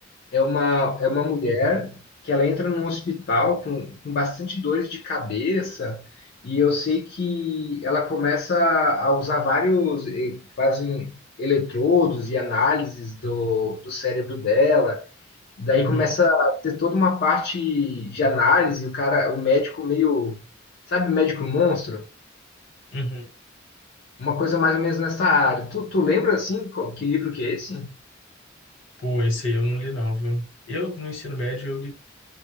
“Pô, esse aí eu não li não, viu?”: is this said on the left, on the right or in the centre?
Left